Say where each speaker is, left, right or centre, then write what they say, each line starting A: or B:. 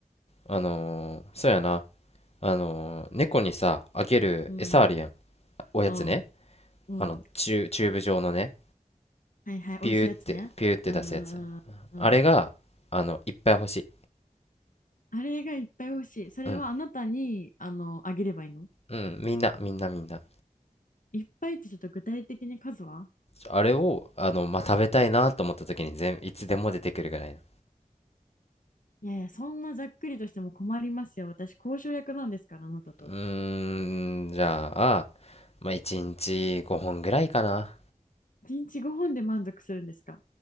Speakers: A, on the left; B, on the left.
A: あのそうやなあの猫にさあげる餌あるやん
B: う、うん、
A: おやつね
B: あうん。
A: あのチュ、チューブ状のね
B: はいはい、
A: ピューってピューって出すやつ
B: 美味しいやつね。うんうんうん。
A: あれがあのいっぱい欲しい
B: うんあれがいっぱい欲しい。それはあなたに、
A: うん
B: あの、あげればいいの
A: うんみんなみんなみんな
B: いっぱいってちょっと具体的に数は
A: あれを、あの、まあ、食べたいなと思った時に全、いつでも出てくるぐらいな。
B: いやいや、そんなざっくりとしても困りますよ。私、交渉役なんですから、あなたと。
A: うーん、じゃあ、まあ、1日5本ぐらいかな。
B: 1日5本で満足するんですか